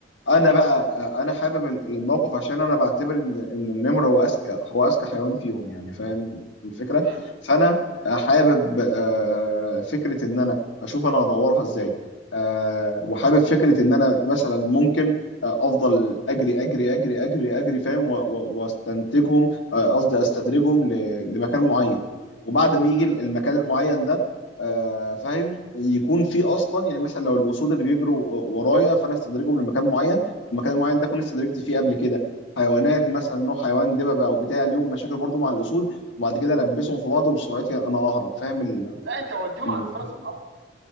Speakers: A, on the left; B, on the right.
A: انا بقى انا حابب الموقف عشان انا بعتبر ان ان النمر هو اذكى هو اذكى حيوان فيهم يعني فاهم الفكره
B: مم.
A: فانا
B: مم. مم.
A: حابب آه، فكره ان انا اشوف انا هدورها ازاي آه، وحابب فكره ان انا مثلا ممكن آه، افضل اجري اجري اجري اجري اجري فاهم و- و- واستنتجهم آه، قصدي استدرجهم ل- لمكان معين وبعد ما يجي
B: مم.
A: المكان المعين ده آه، فاهم يكون في اصلا يعني مثلا لو الاسود اللي بيجروا آه، ورايا فانا استدرجهم لمكان معين المكان المعين ده كنت استدركت فيه قبل كده حيوانات مثلا نوع حيوان دببه او بتاع ليهم مشاكل برضو مع الاسود وبعد كده البسهم في بعض وبسرعتي انا اهرب فاهم ال...
B: لا انت وديهم
A: ال...
B: عند فرس النهر